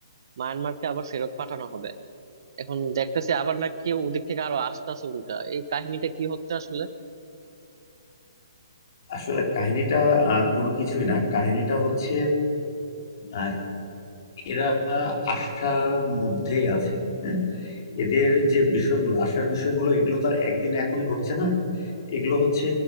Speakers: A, on the right; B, on the left.
A: মায়ানমারকে আবার ফেরত পাঠানো হবে এখন দেখতেছি আবার নাকি ওদিক থেকে আরো আসতেছে উল্টা এই কাহিনীটা কি হচ্ছে আসলে
B: আসলে কাহিনীটা আহ, কোনো কিছুই না কাহিনীটা হচ্ছে আহ, এরা আশার মধ্যেই আছে হ্যাঁ এদের যে বিষয়গুলো আশার বিষয়গুলো এগুলো তো আর একদিনে এখন ঘটছে না এগুলো হচ্ছে